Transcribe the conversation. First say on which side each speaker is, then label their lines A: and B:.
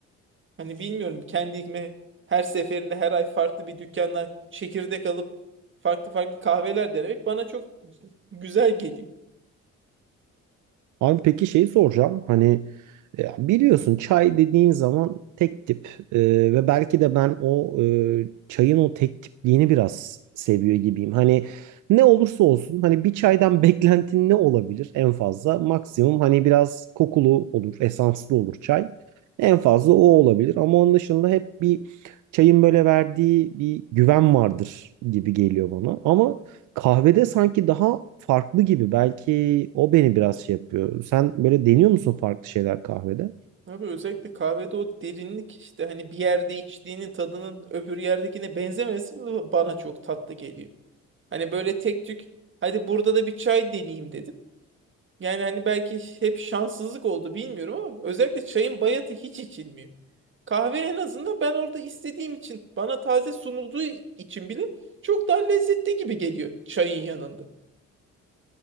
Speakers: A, on the right (about 40°); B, on the right (about 80°).
A: Hani bilmiyorum kendime her seferinde her ay farklı bir dükkandan çekirdek alıp farklı farklı kahveler denemek bana çok güzel geliyor.
B: Abi peki şeyi soracağım. Hani e, biliyorsun çay dediğin zaman tek tip E, ve belki de ben o e, çayın o tek tipliğini biraz seviyor gibiyim. Hani ne olursa olsun hani bir çaydan <laughs> beklentin ne olabilir en fazla? Maksimum hani biraz kokulu olur, esanslı olur çay. En fazla o olabilir ama onun dışında hep bir çayın böyle verdiği bir güven vardır gibi geliyor bana. Ama Kahvede sanki daha farklı gibi. Belki o beni biraz şey yapıyor. Sen böyle deniyor musun farklı şeyler kahvede?
A: Abi özellikle kahvede o derinlik işte hani bir yerde içtiğinin tadının öbür yerdekine benzemesi bana çok tatlı geliyor. Hani böyle tek tük hadi burada da bir çay deneyeyim dedim. Yani hani belki hep şanssızlık oldu bilmiyorum ama özellikle çayın bayatı hiç içilmiyor. Kahve en azından ben orada istediğim için bana taze sunulduğu için bile çok daha lezzetli gibi geliyor çayın yanında.